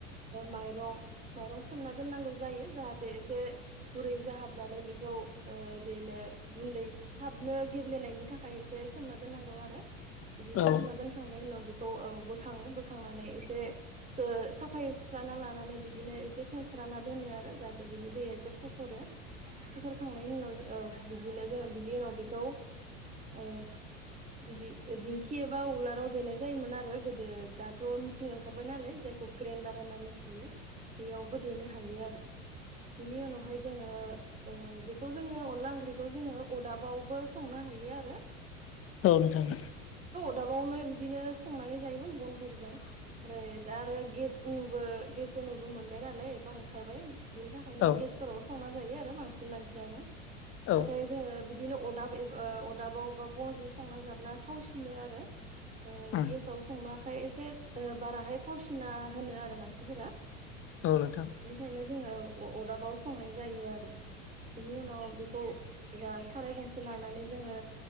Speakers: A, on the right (about 20°); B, on the left (about 35°).
A: माइरं माइरं सोमना दोननांगौ जायो जाहाथे एसे गुरै जाहाबनानै बेखौ देनो गुन्दै थाबनो गेब्लेनायनि थाखाय एसे सोमना दोननांगौ आरो बिदिनो
B: औ
A: सोमना दोनखांनायनि उनाव बे खौ औ बोखाङो बोखांनानै एसे सो साफायै सुस्राना लानानै बिदिनो एसे फेनस्रा ना दोनो आरो जाहाथे बिनि दैया एसे फसरो फसरखांनायनि उनाव औ बिदिनो जोङो बिनि उनाव बेखौ ओ बिदि दिंखि एबा उलाराव देनाय जायोमोन आरो गोदो दाथ' मिसिं ओंखारबाय नालाय जाय खौ ग्रेन्डार होनना मिथियो बेयावबो देनो हायो आरो। बेनि उनावहाय जोङो ओ बेखौ जोङो अनला ओंख्रिखौ जोङो अदाबावबो संनो हायो आरो।
B: औ नोंथां।
A: दाबावनो बिदिनो संनानै जायोमोन बनफोरजों फ्राय दा आरो गेस उनुबो गेस उनुबो मोनबाय नालाय एबा ओंखारबाय बिनि थाखायनो
B: औ
A: गेसफोराव संना जायो आरो बां सिन मानसियानो
B: औ
A: नाथाय जोङो बिदिनो अदाब एब ओ अदाबावबा बनजों संना जाब्ला थावसिनो आरो। ओ
B: उम
A: गेसाव संबाखाय एसे बाराहाय थावसिना होनो आरो मानसिफोरा।
B: औ नोंथां
A: बेनिखायनो जोङो औ। अ-अदाबाव संनाय जायो आरो बिनि उनाव बेखौ जास खाराय गंसे लानानै जोङो